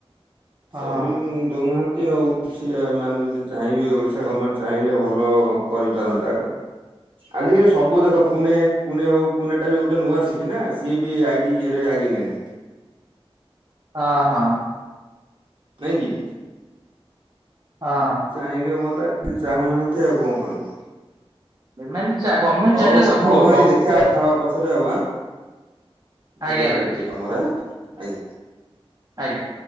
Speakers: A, on the right; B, on the right.
A: ହଁ
B: କରେଇ ଦଉନାହାନ୍ତି ଏମିତି ଆଉ କିଛି, ସେମାନେେ ଯଦି ଚାହିଁବେ ଓଡିଶା ଗଭର୍ଣମେଣ୍ଟ ଚାହିଁଲେ ଭଲ କରିପାରନ୍ତା। ଆଜିକାଲି ସବୁ ଦେଖ, ପୁନେ ପୁନେ ହଉ ପୁନେଟା ବି ଗୋଟେ ନୂଆ ସିଟି ନା ସିଏ ବି ଆଇଟି ଇଏରେ ଆଗେଇଲାଣି।
A: ହଁ, ହଁ।
B: ନାଇଁ କି,
A: ହଁ
B: ଚାହିଁଲେ ହୁଅନ୍ତା। ସେ ଚାହୁଁନାହାନ୍ତି, ଆଉ କଣ କରିବୁ।
A: ମାନେ ଗଭର୍ଣମେଣ୍ଟ
B: ହଉ,
A: ଚାହିଁଲେ ସବୁ
B: ହଉ
A: ହବ
B: ଭାଇ ଦେଖିବା କଥା ହବା ପଛରେ ଆଉ ଆଁ। ମୁଁ
A: ଆଜ୍ଞା
B: ଦେଖେ
A: ଭାଇ
B: ଟିକେ
A: ଠିକ
B: କାମରେ, ଆଁ ଆଜ୍ଞା।
A: ଆଜ୍ଞା।